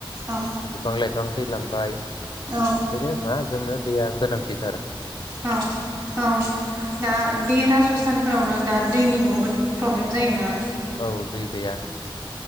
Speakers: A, on the right; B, on the left.
A: औ
B: बिफां लाइफां थैलांबाय
A: औ
B: बेनिखायनो मा जोंनो दैया गोनां थिथार।
A: औ औ दा बे राजस्थान फोरावनो दा दैनि बुहुद प्रब्लेम जायोना
B: औ दै गैया